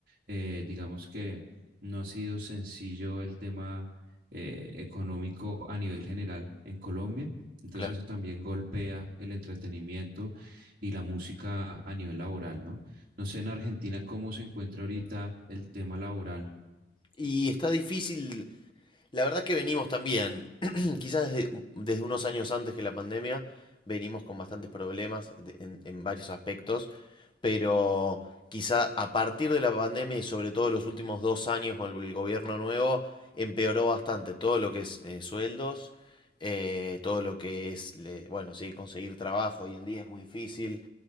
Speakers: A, on the right (about 50°); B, on the left (about 25°).
A: eh, digamos que no ha sido sencillo el tema eh, económico a nivel general en Colombia. Entonces
B: claro.
A: eso también golpea el entretenimiento y la música a nivel laboral, ¿no? No sé en Argentina cómo se encuentra ahorita el tema laboral.
B: ¿Y está difícil La verdad es que venimos también, <clears throat> quizás desde, desde unos años antes que la pandemia, venimos con bastantes problemas de- en, en varios aspectos, pero quizá a partir de la pandemia y sobre todo los últimos dos años con el, el gobierno nuevo, empeoró bastante todo lo que es eh, sueldos, eh, todo lo que es, le- bueno, sí, conseguir trabajo hoy en día es muy difícil,